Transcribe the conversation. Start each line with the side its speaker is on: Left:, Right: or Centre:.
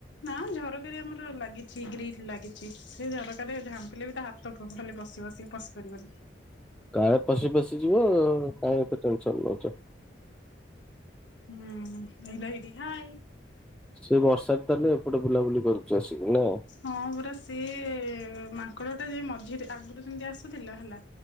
Left: ନା ଝରକାରେ ଆମର ଲାଗିଚି ଗ୍ରୀଲ୍। ଲାଗିଛି ସେ ଝରକାରେ ଝାମ୍ପିଲେ ବି ତା ହାତ ଟୋଟାଲି ପସିବ ସିଏ ପଶି ପାରିବନି।
Centre: କାଳେ ପଶି ପଶି ଯିବ କାଇ ଏତେ ଟେନସନ୍ ନଉଚ।
Left: ହୁଁ ହେଇଲ ହେଇଟି ହାଇ।
Centre: ସେ ବର୍ଷା ତାହଲେ ଏପଟେ ବୁଲାବୁଲି କରୁଚି ଆସିକି ନା।
Left: ହଁ ପରା ସିଏ ମାଙ୍କଡ଼ ଟା ଯ ମଝିରେ ଆଗରୁ ସେମତି ଆସୁଥିଲା ହେଲା